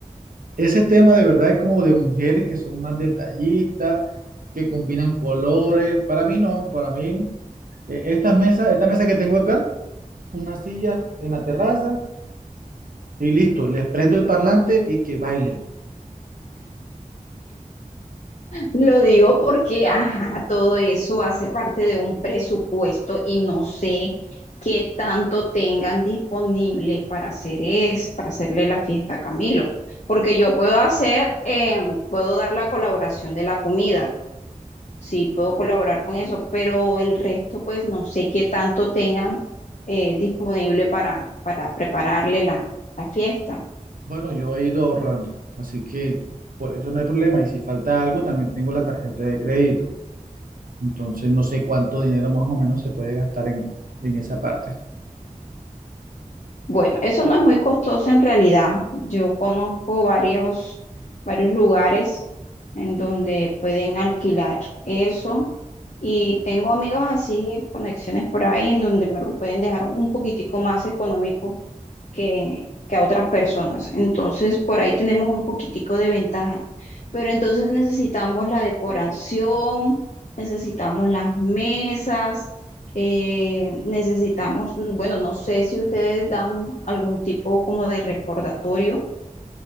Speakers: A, on the right; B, on the left.
A: ese tema de verdad es como de mujeres que son más detallistas, que combinan colores. Para mí no, para mí eh, estas mesas, esta mesa que tengo acá, una silla en la terraza y listo, les prendo el parlante y que bailen.
B: Lo digo porque, ajá, todo eso hace parte de un presupuesto y no sé qué tanto tengan disponible para hacer es, para hacerle la fiesta a Camilo. Porque yo puedo hacer, eh, puedo dar la colaboración de la comida, sí, puedo colaborar con eso, pero el resto, pues no sé qué tanto tengan eh, disponible para, para prepararle la, la fiesta.
A: Bueno, yo he ido ahorrando, así que por eso no hay problema. Y si falta algo, también tengo la tarjeta de crédito. Entonces no sé cuánto dinero más o menos se puede gastar en, en esa parte.
B: Bueno, eso no es muy costoso en realidad. Yo conozco varios, varios lugares en donde pueden alquilar eso y tengo amigos así, conexiones por ahí en donde me lo pueden dejar un poquitico más económico que, que a otras personas. Entonces, por ahí tenemos un poquitico de ventaja. Pero entonces necesitamos la decoración, necesitamos las mesas, eh, necesitamos, bueno, no sé si ustedes dan algún tipo como de recordatorio